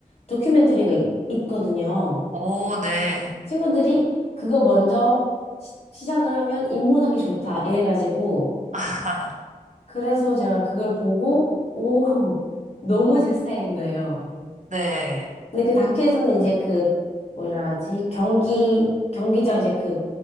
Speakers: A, on the left (about 45°); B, on the right (about 60°).
A: 다큐멘터리가 있, 있거든요.
B: 오, 네.
A: 친구들이 그거 먼저 시, 시작을 하면 입문하기 좋다 이래가지고
B: <laughs>
A: 그래서 제가 그걸 보고, 오, <laughs> 너무 제 스타일인 거예요.
B: 네,
A: 근데 그 다큐에서는 이제 그, 뭐라 하지, 경기, 경기장 이제 그